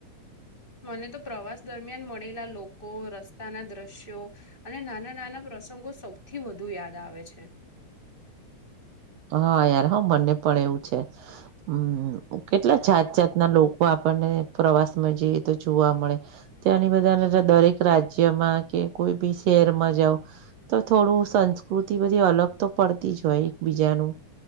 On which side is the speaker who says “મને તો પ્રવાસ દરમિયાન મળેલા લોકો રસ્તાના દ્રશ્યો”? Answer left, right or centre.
Left